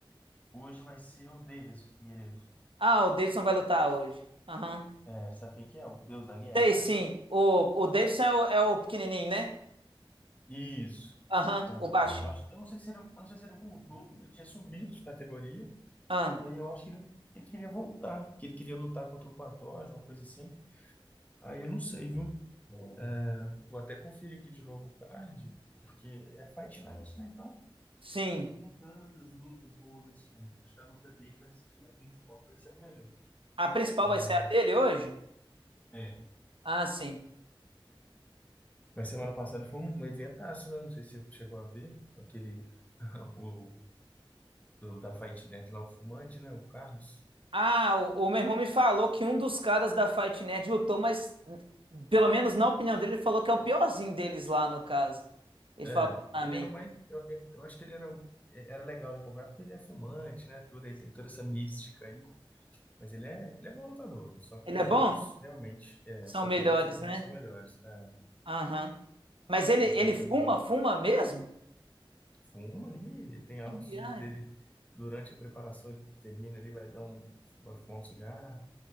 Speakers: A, on the left; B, on the right.
A: Hoje vai ser o Davidson Figueiredo.
B: Ah, o Davidson vai lutar hoje. Aham.
A: É, sabe quem que é? O deus da guerra,
B: Sei
A: né?
B: sim. O, o Davidson é o, é o pequenininho, né?
A: Isso.
B: Aham.
A: É o-
B: O baixinho.
A: Eu, Legal. acho, eu não sei se ele, eu não sei se ele voltou, porque ele tinha subido de categoria,
B: Ah,
A: e aí eu acho que ele, ele queria voltar, que ele queria lutar contra o Pantoja, uma coisa assim. Aí eu não sei, viu? É, vou até conferir aqui de novo o card, porque é Fight Night, né? Então
B: sim.
A: não tem tantas lutas boas assim, não. Acho que a luta dele vai ser, a principal vai ser a melhor.
B: A principal
A: É,
B: vai ser a dele hoje?
A: é,
B: Ah, sim.
A: Mas semana passada foi um um eventaço, né? Não sei se você chegou a ver aquele <laughs> o do- da Fight Nerd lá, o fumante, né? O Carlos.
B: Ah, o, o meu irmão me falou que um dos caras da Fight Nerd lutou, mas pelo menos na opinião dele, ele falou que é o piorzinho deles lá no caso. Ele
A: É,
B: falou pra
A: ele
B: mim.
A: era o mais. Eu, eu- eu acho que ele era, era legal de acompanhar porque ele é fumante, né? Tudo, ele tem toda essa mística aí. Mas ele é, ele é bom lutador. Só que
B: Ele
A: os
B: é bom?
A: outros realmente. É,
B: São
A: só
B: melhores,
A: que os outros realmente
B: né?
A: são melhores. É,
B: Aham. Mas ele,
A: ele também
B: ele
A: estava
B: fuma,
A: invicto.
B: fuma mesmo?
A: Fuma e tem altos
B: Que viagem.
A: vídeos dele
B: <laughs>
A: durante a preparação. Ele termina ali, vai dar um, vai fumar um cigarro.